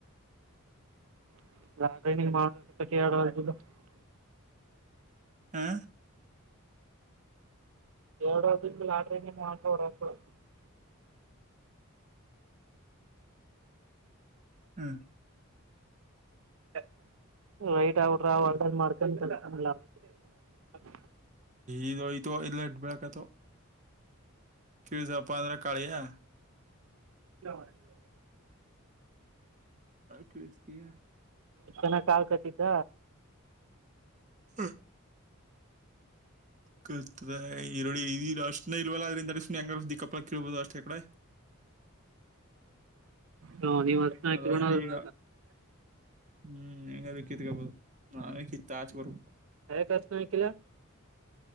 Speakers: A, on the right; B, on the right.
A: <unintelligible>
B: ಹಾ
A: ಎರಡದಿಂದ ಲಾಟ್ರ ಮಾಡಟ <unintelligible>
B: ಹ್ಮ
A: <unintelligible> <inaudible>
B: ಈದು ಐತ ಇಲ್ಲ ಬಿಳಾಕತಾವ ಕಿವ ಜಪ್ಪ ಅಂದ್ರ ಕಾಳಿಯಾ
A: <unintelligible>
B: ಕಿಚತಿಿಯ
A: ಚನ ಕಾಲ್ ಕಚಿದ್ದ
B: ಹ್ಮ ಕತದೆ ಈರುೋಳ್ಳ ಈ ಅಶನ ಇಲ್ವಲ್ಲ ಅದ್ರಿಂದ ಸುಿ ಹೆಂಗಕ್ಕಪ್ಪ ಕಿೇಳ ಬದ ಅಷ್ಟತ ಇ ಕಡೆ
A: ಹ ನೀವ್ ಹತ್ಣ
B: ಅದೊಂದು
A: ಕೋಣದೊಳ
B: ಈಗ ಹ್ಮ್ ಹೆಂಗ್ರ ಕಿತ್ಕಬಹುದು ನಾವೇ ಕಿತ್ತ ಆಚೆ ಬರ್ಬೇಕು
A: ಹ ಕ ಸ್ನಕ್ಕಿಲ್ಲ